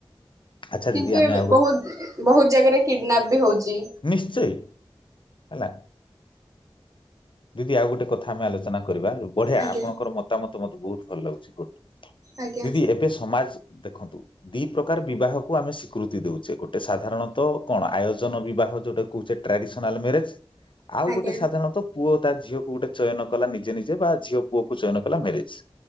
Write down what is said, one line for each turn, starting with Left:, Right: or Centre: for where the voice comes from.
Left: ଆଚ୍ଛା
Right: କିନ୍ତୁ
Left: ଦିଦି ଆମେ
Right: ଏବେ
Left: ଆଉ ଗୋଟେ
Right: ବହୁତ ବହୁତ ଜାଗାରେ କିଡ଼ନାପ୍ ବି ହଉଛି।
Left: ନିଶ୍ଚୟ ହେଲା। ଦିଦି ଆଉ ଗୋଟେ କଥା ଆମେ ଆଲୋଚନା କରିବା ବଢ଼ିଆ
Right: ଆଜ୍ଞା
Left: ଆପଣଙ୍କର ମତାମତ ମତେ ବହୁତ ଭଲ ଲାଗୁଛି କୋ
Right: ଆଜ୍ଞା
Left: ଦିଦି ଏବେ ସମାଜ ଦେଖନ୍ତୁ ଦି ପ୍ରକାର ବିବାହକୁ ଆମେ ଶି ସ୍ୱୀକୃତି ଦଉଛେ ଗୋଟେ ସାଧାରଣତ କଣ ଆୟୋଜନ ବିବାହ ଯୋଉଟା କହୁଛେ ଟ୍ରାଡିସନାଲ ମ୍ୟାରେଜ। ଆଉ
Right: ଆଜ୍ଞା
Left: ଗୋଟେ ସାଧାରଣତଃ ପୁଅ ତା ଝିଅକୁ ଗୋଟେ ଚୟନ କଲା ନିଜେ ନିଜେ ବା ଝିଅ ପୁଅକୁ ଚୟନ କଲା ମ୍ୟାରେଜ।